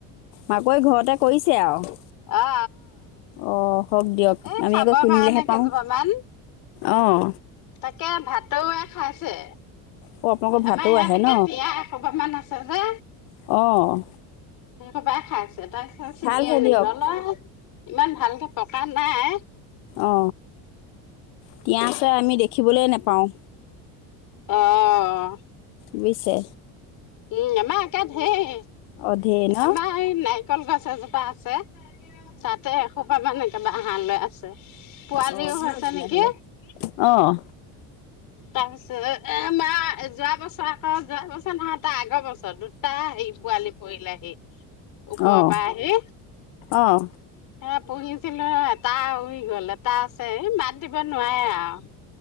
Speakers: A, on the left; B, on the left.
A: মাকৈ ঘৰতে কৰিছে আৰু।
B: অ
A: অঁ হওক দিয়ক
B: অ এই
A: আমি
B: খাব
A: আকৌ কিনিলেহে
B: কাৰণে কেইজোপা
A: পাওঁ
B: মান,
A: অঁ
B: তাকে ভাত টৌয়ে খাইছে।
A: অঁ আপোনালোকৰ
B: আমাৰ
A: ভাতো
B: ইয়াত
A: আহে
B: একে
A: ন
B: তিয়া এসোপামান আছে। যে
A: অঁ।
B: সেই সোপাই খাই আছোঁ। এটাই খা চিগি
A: ভালহে
B: আনিল
A: দিয়ক
B: নাই। ইমান ভালকে পকা নাই।
A: অ তিয়া আমি দেখিবলৈ নোপাওঁ।
B: আহ।
A: বুইছে।
B: উম আমাৰ আকে ধেই,
A: অঁ ধেৰ ন
B: আমাৰ না ৰিকল গছ এজোপা আছে। তাতে এসোপা মান তাত বাঁহ লৈ আছে। পোৱালিও
A: অ ভাল
B: হৈছে
A: তেনেহলে
B: নেকি
A: আহ।
B: তাৰ পিছত এ মা যোৱা বছৰ আকৌ যোৱা বছৰ নহ আগ বছৰটোত দুটা পোৱালি পৰিলেহি ওপৰৰ
A: অঁ
B: পৰা আহি,
A: অঁ
B: হে পুহিছ আছিলো ৰ এটা উৰি গ'ল এটা আছে এই মাত দিব নোৱাৰে আৰু